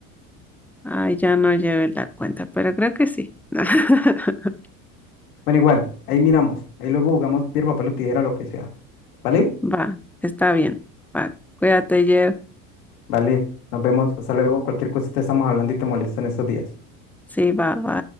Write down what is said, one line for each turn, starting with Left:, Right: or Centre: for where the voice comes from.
Centre: Ay, ya no llevé la cuenta, pero creo que sí. <laughs>
Left: Bueno, igual, ahí miramos. Ahí luego jugamos piedra, papel o tijera, lo que sea. ¿Vale?
Centre: Va, está bien. Va, cuídate, Jeff.
Left: Vale, nos vemos. Hasta luego. Cualquier cosita estamos hablando y te molesto en estos días.
Centre: Sí, va, va.